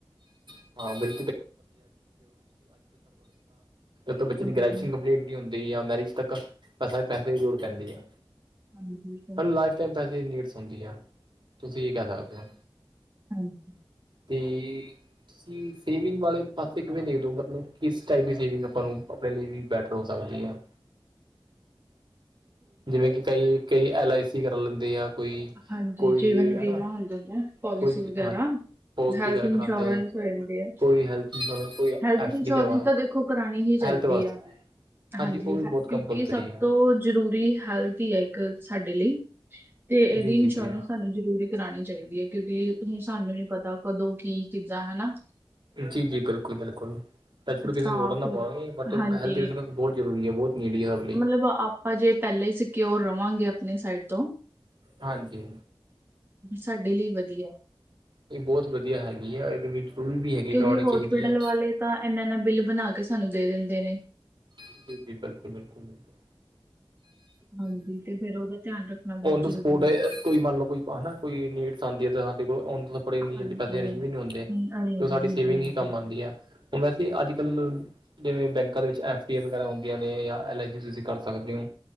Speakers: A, on the right; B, on the right.
A: <unintelligible> ਤਾਂ ਜਦ ਤੱਕ ਬੱਚੇ
B: ਹਾਂਜੀ
A: ਦੀ ਗ੍ਰੈਜੂਏਸ਼ਨ ਕੰਪਲੀਟ ਹੁੰਦੀ ਯਾ ਮੈਰਿਜ ਤੱਕ ਪੈਸ, ਪੈਸੇ ਦੀ ਲੋੜ ਪੈਂਦੀ ਆ,
B: ਹਾਂਜੀ ਸਰ
A: ਲਾਈਫ <unintelligible> ਪੈਸੇ ਦੀ ਨੀਡਸ ਹੁੰਦੀ ਆ, ਤੁਸੀ ਏ ਕੈ ਸਕਦੇ ਹੋ।
B: ਹਾਂਜੀ।
A: ਤੇ <unintelligible> ਸੇਵਿੰਗ ਵਾਲੇ ਪਾਸੇ ਕਿਵੇਂ ਦੇਦੁ ਮਤਲਬ ਕਿਸ ਟਾਈਪ ਦੀ ਸੇਵਿੰਗ ਆਪਾ ਨੂੰ ਆਪਨੇ ਲਈ ਵੀ ਬੈਟਰ ਹੋ ਸਕਦੀ ਯਾ ਜਿਵੇਂ ਕਿ ਕਈ, ਕਈ ਐਲ ਆਈ ਸੀ ਕਰ ਲੇਂਦੇ ਆ। ਕੋਈ
B: ਹਾਂਜੀ,
A: ਕੋਈ
B: ਜੀਵਨ
A: ਹਨਾ
B: ਬੀਮਾ <unintelligible> ਪੋਲਸੀ
A: ਕੋਈ
B: ਵਗੈਰਾ
A: ਹਾਂਜੀ ਪੋਲਸੀ
B: ਹੈਲਥ
A: ਵਗੈਰਾ ਕਰਾਉਂਦੇ
B: ਇੰਸ਼ੋਰੈਂਸ
A: ਨੇ
B: ਹੋ ਜਾਂਦੇ ਆ,
A: ਕੋਈ ਹੈਲਥ ਇੰਸ਼ੋਰੈਂਸ ਕੋਈ
B: ਹੈਲਥ
A: ਐਫ
B: ਇੰਸ਼ੋਰੈਂਸ
A: ਡੀ ਕਰਵਾ
B: ਦਾ ਦੇ ਕੋ ਕਰਾਣੀ ਹੀ
A: ਹੈਲਥ
B: ਚਾਈਦੀ
A: ਵਾਸਤੇ
B: ਆ ਹਾਂਜੀ,
A: ਉਹ ਵੀ ਬਹੁਤ
B: ਕਯੁਂਕਿ
A: ਕੰਪਲਸਰੀ
B: ਸਭ
A: ਆ
B: ਤੋ ਜ਼ਰੂਰੀ ਹੈਲਥ ਹੀ ਐ, ਇੱਕ ਸਾਡੇ ਲਈ ਤੇ ਏਦੀ
A: ਜੀ ਜੀ
B: ਇੰਸ਼ੋਰੈਂਸ
A: ਜੀ
B: ਸਾਨੂੰ ਜਰੂਰੀ ਕਰਾਨੀ ਚਾਈਦੀ ਐ, ਕਯੋਂਕਿ ਤੁਹੀ ਸਾਨੂੰ ਨੀ ਪਤਾ ਕਦੋਂ ਕੀ ਕਿੱਦਾਂ ਹਨਾ।
A: ਜੀ ਜੀ, ਬਿਲਕੁਲ ਬਿਲਕੁਲ <unintelligible> ਕਿਸੇ
B: ਤਾਂ
A: ਨੂੰ ਲੋੜ ਨਾ
B: ਫਿਰ
A: ਪਾਵਾਂਗੇ ਬਟ
B: ਹਾਂਜੀ
A: ਹੈਲਥ ਇੰਸ਼ੋਰੈਂਸ ਬੋਤ ਜ਼ਰੂਰੀ ਐ ਬੋਤ ਨੀਡੀ ਐ <unintelligible>
B: <unintelligible> ਹਜੇ ਪੈਲਾ‌ ਈ ਸਿਕਓਰ ਰਵਾਂਗੇ ਆਪਨੇ ਸਾਈਡ ਤੋ।
A: ਹਾਂਜੀ।
B: ਸਾਡੇ ਲੀ ਵਦੀਆ।
A: ਏ ਬੋਤ ਵਦੀਆ ਹੈਗੀ ਆ ਏਦੇ ਵਿੱਚ ਕੋਈ ਵੀ ਹੈਗੀ
B: ਕਿਉਂਕਿ
A: ਕਰੋਣੀ
B: ਹੋਸਪਿਟਲ
A: ਚਾਈਦੀ ਐ।
B: ਵਾਲੇ ਤਾਂ ਏਨਾ, ਏਨਾ ਬਿੱਲ ਬਨਾ ਕੇ ਸਾਨੂੰ ਦੇ ਦਿੰਦੇ ਨੇ।
A: <unintelligible>
B: ਹਾਂਜੀ, ਤੇ ਫੇਰ ਓਦਾ ਧੇਆਨ ਰੱਖਨਾ ਬੋਤ
A: ਔਨ ਦਾ
B: ਜ਼ਰੂਰੀ
A: ਸਪੋਟ ਕੋਈ ਮੰਨਲੋ ਕੋਈ ਪਾਨਾ ਕੋਈ ਨੀਡਸ ਆਂਦੀ ਏ ਤੇ ਸਾਡੇ ਕੋਲ <unintelligible> ਬੜੇ ਪਿਆਰ
B: ਹਾਂਜੀ
A: ਦੇ ਪੈਸੇ ਅਰੇਜਂ ਵੀ ਨੀ ਹੁੰਦੇ,
B: ਅਰੇਂਜ
A: ਤੇ ਸਾਡੀ
B: ਨਹੀਂ
A: ਸੇਵਿੰਗ
B: ਹੁੰਦੇ ਹਾਂਜੀ
A: ਹੀ ਕਾਮ ਆਂਦੀ ਐ, ਹੁਨ ਵੈਸੇ ਆੱਜ-ਕਾੱਲ ਜਿਵੇਂ ਬੈਂਕਾਂ ਦੇ ਵਿੱਚ ਐਫ ਡੀਆ ਵਗੈਰਾ ਹੁੰਦੀਆਂ ਨੇ ਯਾਂ ਐਲ ਆਈ ਸੀ ਤੁਸੀ ਕਾੱਰ ਸਕਦੇ ਓ